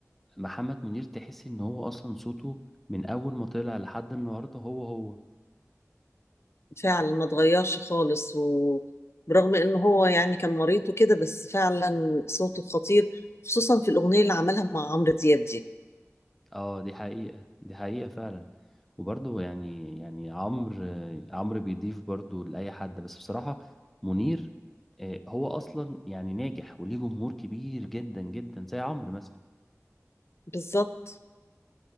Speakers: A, in the centre; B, on the left.
A: محمد منير تحس ان هو اصلا صوته من اول ما طلع لحد النهارده هو هو
B: فعلا ما اتغيرش خالص وبرغم إن هو يعني كان مريض وكده بس فعلا صوته خطير خصوصا في الأغنية اللي عملها مع عمرو دياب دي
A: اه دي حقيقة دي حقيقة فعلا وبرضه يعني يعني عمرو عمرو بيضيف برضه لأي حد بس بصراحة منير آه، هو اصلا يعني ناجح وليه جمهور كبير جدا جدا زي عمرو مثلا
B: بالظبط